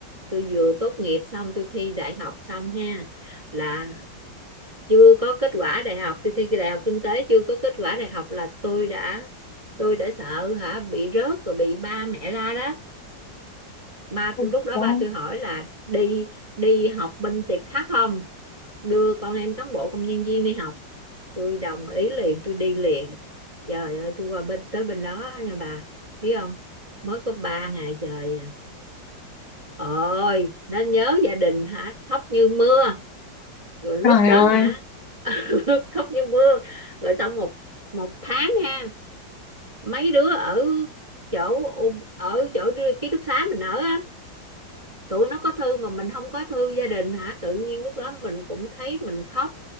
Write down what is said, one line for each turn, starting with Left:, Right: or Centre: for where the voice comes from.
Right: tôi vừa tốt nghiệp xong tôi thi đại học xong ha là chưa có kết quả đại học tôi thi đại học kinh tế chưa có kết quả đại học là tôi đã tôi đã sợ hả bị rớt rồi bị ba mẹ la đó ba
Left: Ừ,
Right: tôi lúc đó
Left: đó.
Right: ba tôi hỏi là đi đi học bên tiệp khắc không đưa con em cán bộ công nhân viên đi học tôi đồng ý liền tôi đi liền trời ơi tôi qua bên tới bên đó nha bà biết không mới có ba ngày trời à. ôi nó nhớ gia đình hả khóc như mưa rồi lúc
Left: Trời
Right: đó
Left: ơi,
Right: hả <laughs> khóc như mưa rồi xong một một tháng ha mấy đứa ở chỗ ở chỗ ký túc xá mình ở tụi nó có thư mà mình không có thư gia đình hả tự nhiên lúc đó mình cũng thấy mình khóc